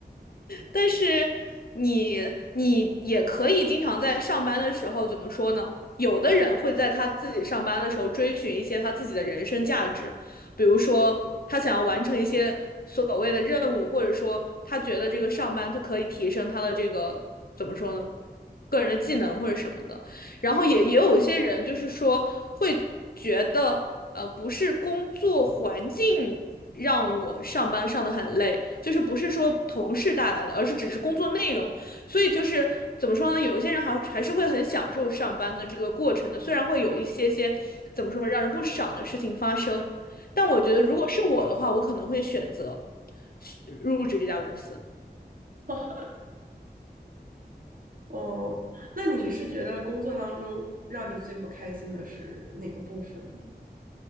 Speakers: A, on the left (about 60°); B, on the right (about 55°).
A: 但是你你也可以经常在上班的时候，怎么说呢？有的人会在他自己上班的时候追寻一些他自己的人生价值，比如说他想要完成一些所谓的任务，或者说他觉得这个上班他可以提升他的这个怎么说呢？个人的技能或者什么的。然后也也有一些人就是说会觉得，呃，不是工作环境让我上班上得很累，就是不是说同事带来的，而是只是工作内容。所以就是怎么说呢？有一些人还还是会很享受上班的这个过程的，虽然会有一些些怎么说呢，让人不爽的事情发生，但我觉得如果是我的话，
B: 嗯，
A: 我可能会选择入职这家公司。
B: <laughs> 哦，那你是觉得工作当中让你最不开心的是哪个部分呢